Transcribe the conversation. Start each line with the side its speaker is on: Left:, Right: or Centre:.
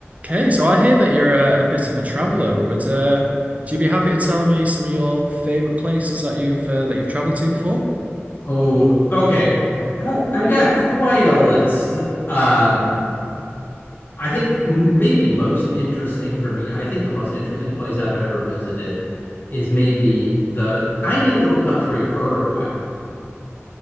Right: Okay, so I hear that you're a, a bit of a traveler. Would uh, do you be happy to tell me some of your favorite places that you've uh, that you've traveled to before?
Left: Oh, okay. I, I got quite a list. Um, I think m- maybe most interesting for me, I think the most interesting place I've ever visited is maybe the tiny little country of Uruguay.